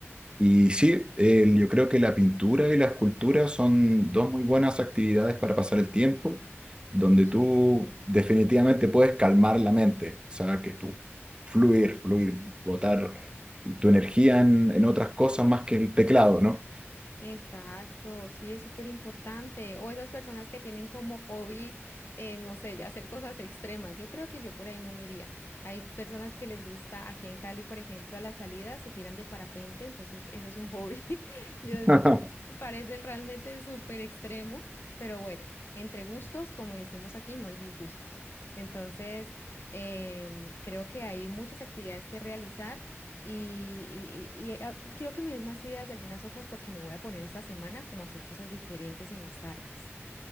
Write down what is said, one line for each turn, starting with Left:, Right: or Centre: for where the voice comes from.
Right: Y
Left: Mm,
Right: sí, eh, yo creo que la pintura y la escultura son dos muy buenas actividades para pasar el tiempo, donde
Left: Sí.
Right: tú definitivamente puedes calmar la mente, o sea, que tú fluir, fluir, botar tu energía en, en otras cosas más que el teclado, ¿no?
Left: Exacto, sí, es súper importante. O esas personas que tienen como hobby, eh, no sé, ya hacer cosas extremas. Yo creo que yo por ahí no me iría. Hay personas que les gusta, aquí en Cali, por ejemplo, a la salida se tiran de parapente, entonces eso es un hobby. <laughs> Yo,
Right: <laughs>
Left: me parece realmente súper extremo, pero bueno, entre gustos, como decimos aquí, no hay disgustos. Entonces, em, creo que hay muchas actividades que realizar. Y, y- y- y, ah, quiero que me des más ideas de algunas otras porque me voy a poner esta semana como a hacer cosas diferentes en las tardes.